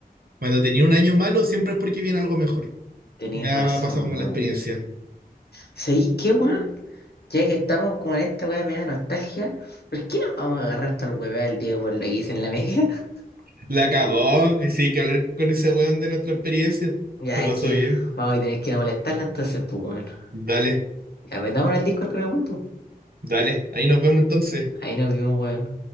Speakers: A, on the right; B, on the left.
A: Cuando tenía un año malo, siempre es porque viene algo mejor.
B: Tenéis
A: Me
B: razón,
A: ha pasado como
B: weón.
A: la experiencia.
B: ¿Sabéis qué, weón? Ya que estamos con esta weá me nostalgia, ¿por qué no vamos a agarrar para el hueveo del Diego por lo que hice en la media? <laughs>
A: La cagó. y Sí, hay que hablar con ese weón de nuestra experiencia.
B: Ya
A: Se pasó
B: es que
A: bien.
B: vamos a tener que ir a molestarla entonces, pues bueno.
A: Dale,
B: Ya metámonos al Discord con el weón, pues.
A: dale. Ahí nos vemos entonces.
B: Ahí nos vimos, weón.